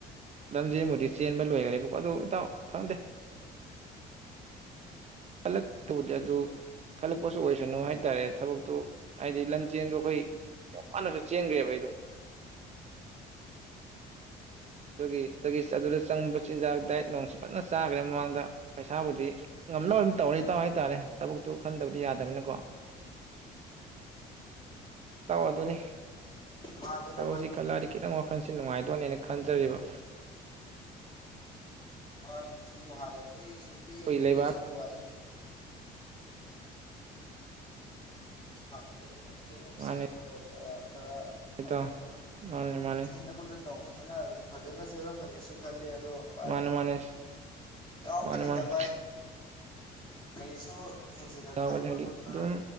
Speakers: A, on the right; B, on the left.
A: ꯂꯝꯖꯦꯟꯕꯨꯗꯤ ꯆꯦꯟꯕ ꯂꯣꯏꯈ꯭ꯔꯦꯕꯀꯣ ꯑꯗꯨ ꯏꯇꯥꯎ ꯐꯪꯗꯦ ꯄꯂꯛ ꯇꯨꯖꯗꯨ ꯈꯜꯂꯛꯄꯁꯨ ꯑꯣꯏꯁꯅꯨ ꯍꯥꯏꯇꯥꯔꯦ ꯊꯕꯛꯇꯨ ꯍꯥꯏꯗꯤ ꯂꯝꯖꯦꯟꯗꯣ ꯑꯩꯈꯣꯏ ꯌꯥꯝ ꯋꯥꯅꯁꯨ ꯆꯦꯟꯈ꯭ꯔꯦꯕ ꯑꯩꯗꯣ ꯑꯗꯨꯒꯤ ꯑꯗꯨꯗꯒꯤ ꯑꯗꯨꯗ ꯆꯪꯕ ꯆꯤꯟꯖꯥꯛ ꯗꯥꯏꯠ ꯅꯣꯡꯁꯤ ꯐꯖꯅ ꯆꯥꯈ꯭ꯔꯦ ꯃꯃꯥꯡꯗ ꯄꯩꯁꯥꯕꯨꯗꯤ ꯉꯝꯅꯕ ꯑꯗꯨꯝ ꯇꯧꯔꯦ ꯇꯥꯎ ꯍꯥꯏꯇꯥꯔꯦ ꯊꯕꯛꯇꯣ ꯈꯟꯗꯕꯗꯤ ꯌꯥꯗꯕꯅꯤꯅꯀꯣ ꯇ ꯑꯗꯨꯅꯤ
B: ꯍꯥꯟꯅꯤꯗ
A: ꯊꯁꯤ
B: ꯚꯥꯏ
A: ꯈꯜꯂꯔꯤꯛ ꯈꯤꯇꯪ ꯋꯥꯈꯜꯁꯦ ꯅꯨꯡꯉꯥꯏꯗꯣꯏꯅꯦꯅ ꯈꯟꯖꯔꯤꯕ
B: ꯍꯣꯏꯩꯅꯁꯨ ꯍꯥꯟꯅꯗꯤ ꯑꯩꯁꯨ ꯄꯤꯛꯏꯉꯦꯗꯁꯨ
A: ꯑꯩꯈꯣꯏ ꯂꯩꯕꯥꯛ
B: ꯍꯥꯏꯗꯤ ꯍꯥꯟꯅꯣ
A: ꯃꯥꯅꯤ
B: ꯆꯦꯟꯕ ꯈꯣꯠꯄ ꯈꯔ
A: ꯏꯇꯥꯎ
B: ꯑꯗꯨꯝ
A: ꯃꯥꯅꯤ ꯃꯥꯅꯤ
B: ꯆꯦꯟꯗ ꯈꯣꯠꯇ ꯇꯧꯕꯅꯤꯅ ꯑꯗꯨꯝ ꯐꯖꯅ ꯆꯦꯜꯂꯝꯒꯅꯦꯁꯨ ꯈꯜꯂꯤ ꯑꯗꯣ ꯚꯥꯏ
A: ꯃꯥꯅꯤ
B: ꯑꯗꯨ
A: ꯃꯥꯅꯤ
B: ꯌꯥꯎꯔꯛꯀꯅꯤꯗ
A: ꯃꯥꯅꯤ ꯃꯥꯅꯤ
B: ꯚꯥꯏ ꯀꯔꯤꯁꯨ ꯍꯦꯟꯖꯤꯟꯅ
A: ꯌꯥꯎꯒꯅꯤ
B: ꯈꯟꯕ
A: ꯍꯥꯏꯗꯤ
B: ꯈꯣꯠꯄ
A: ꯑꯗꯨꯝ